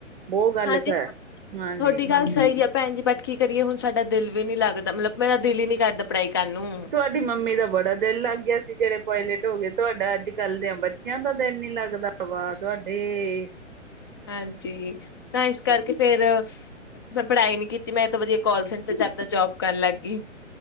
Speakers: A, on the right; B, on the left.
A: ਬਹੁਤ ਗੱਲ
B: ਹਾਂਜੀ।
A: ਕਰ ਹਾਂਜੀ
B: ਤੁਹਾਡੀ ਗੱਲ ਸਹੀ ਆ ਭੈਣ ਜੀ ਬਟ ਕੀ ਕਰੀਏ ਹੁਣ ਸਾਡਾ ਦਿਲ ਵੀ ਨੀ ਲੱਗਦਾ, ਮਤਲਬ ਮੇਰਾ ਦਿਲ ਹੀ ਨੀ ਕਰਦਾ ਪੜ੍ਹਾਈ ਕਰਨ ਨੂੰ,
A: ਤੁਹਾਡੀ ਮੰਮੀ ਦਾ ਬੜਾ ਦਿਲ ਲੱਗ ਗਿਆ ਸੀ, ਜਿਹੜੇ ਪਾਏਲੇਟ ਤੁਹਾਡਾ ਅੱਜ ਕੱਲ ਦੇ ਬੱਚਿਆਂ ਦਾ ਦਿਲ ਨੀ ਲੱਗਦਾ, ਵਾ ਤੁਹਾਡੇ
B: ਹਾਂਜੀ ਤਾਂ ਇਸ ਕਰਕੇ, ਫੇਰ ਮੈਂ ਪੜ੍ਹਾਈ ਨੀ ਕੀਤੀ ਤੇ ਮੈਂ ਤਾਂ ਵਧੀਆ, ਕਾਲ ਸੈਂਟਰ ਚ ਆਪਾਂ ਜੋਬ ਕਰਨ ਲੱਗ ਗਈ